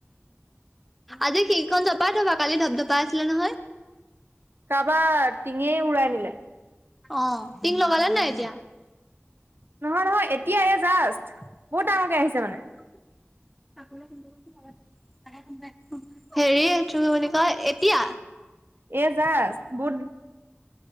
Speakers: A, in the centre; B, on the right (about 55°).
A: আজি সেইখন জপাই থবা কালি ধপ ধপাই আছিলে নহয়।
B: কাৰোবাৰ টিঙে উৰাই নিলে।
A: অ', টিং লগালে নাই এতিয়া।
B: নহয় নহয় এতিয়া এই জাষ্ট।
A: <unintelligible>
B: বহুত ডাঙৰকে আহিছে মানে
A: হেৰি এ কি বুলি কয় এতিয়া।
B: এ জাষ্ট গুড